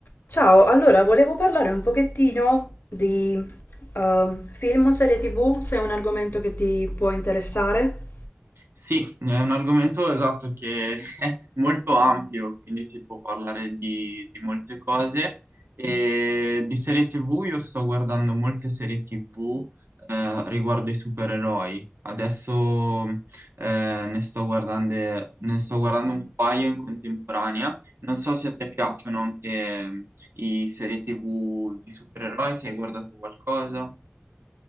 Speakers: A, on the left; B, on the right.
A: Ciao, allora volevo parlare un pochettino di eh, film o serie TV, se è un argomento che ti può interessare.
B: Sì, è un argomento esatto che <laughs> è molto ampio, quindi si può parlare di, di molte cose. E di serie TV io sto guardando molte serie TV eh, riguardo ai supereroi. Adesso eh, ne sto guardando, ne sto guardando un paio in contemporanea. Non so se a te piacciono anche i serie TV di supereroi, se hai guardato qualcosa.